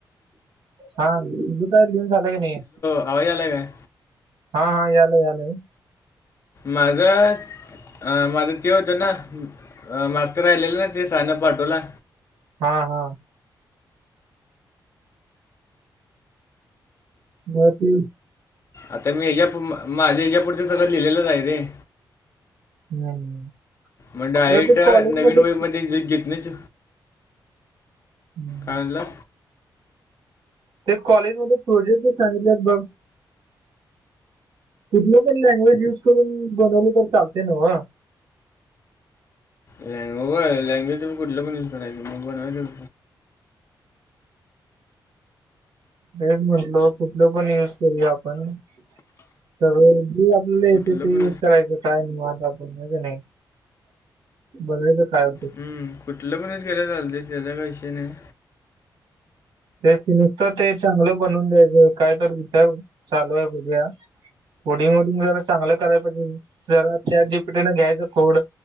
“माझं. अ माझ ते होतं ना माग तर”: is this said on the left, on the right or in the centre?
Left